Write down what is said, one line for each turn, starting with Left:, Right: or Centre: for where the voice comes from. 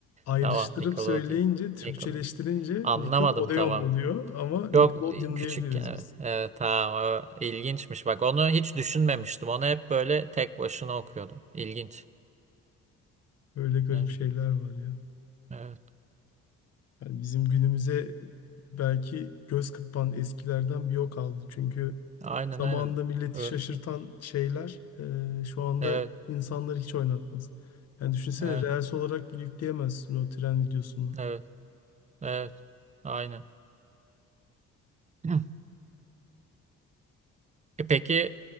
Left: ayrıştırıp
Right: Tamam Nickelodeon.
Left: söyleyince, Türkçeleştirince
Right: Nickelodeon. Anlamadım
Left: Nickelodeon
Right: tamam.
Left: oluyor ama Nickelodeon
Right: Çok e, küçükken
Left: diyebiliyoruz
Right: evet.
Left: biz.
Right: Evet tamam. o İlginçmiş. Bak onu hiç düşünmemiştim. Onu hep böyle tek başına okuyordum. İlginç.
Left: Böyle garip
Right: Evet.
Left: şeyler var ya.
Right: Evet.
Left: Yani bizim günümüze belki göz kırpan eskilerden bir o kaldı. Çünkü
Right: Aynen
Left: zamanında
Right: aynen.
Left: milleti
Right: Ö-
Left: şaşırtan şeyler e, şu anda
Right: Evet.
Left: insanları hiç oynatmaz. Yani düşünsene
Right: Evet.
Left: reels olarak bile yükleyemezsin o tren videosunu.
Right: Evet. Evet. Aynen. <clears throat> E peki